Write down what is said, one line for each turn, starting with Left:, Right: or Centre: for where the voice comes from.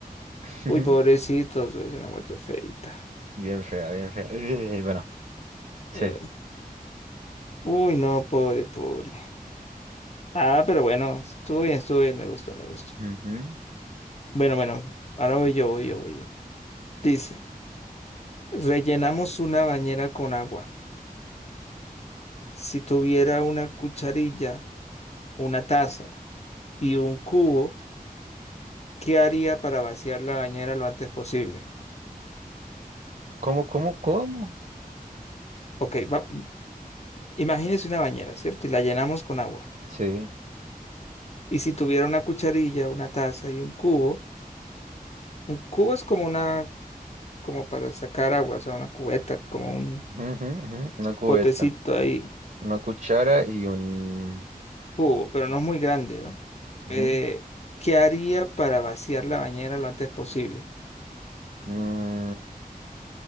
Right: <laughs>
Left: Uy,
Right: Ujú.
Left: pobrecito, es una muerte feita.
Right: Bien fea, bien fea. Eh, Bueno, sí.
Left: Eh, Uy, no, pobre, pobre. Ah, pero bueno, estuvo bien, estuvo bien, me gustó, me gustó.
Right: Ujú.
Left: Bueno, bueno, ahora voy yo, voy yo, voy yo. Dice, rellenamos una bañera con agua. Si tuviera una cucharilla, una taza y un cubo, ¿qué haría para vaciar la bañera lo antes posible?
Right: ¿Cómo, cómo, cómo?
Left: Ok, va- imagínese una bañera, ¿cierto? Y la llenamos con agua.
Right: Sí.
Left: Y si tuviera una cucharilla, una taza y un cubo, un cubo es como una, como para sacar agua, o sea, una cubeta, como un
Right: Ujú, ujú, ujú. Una cubeta,
Left: potecito ahí.
Right: una cuchara y un...
Left: cubo, pero no es muy grande, ¿no?
Right: ujú.
Left: Eh, ¿qué haría para vaciar la bañera lo antes posible?
Right: Mm,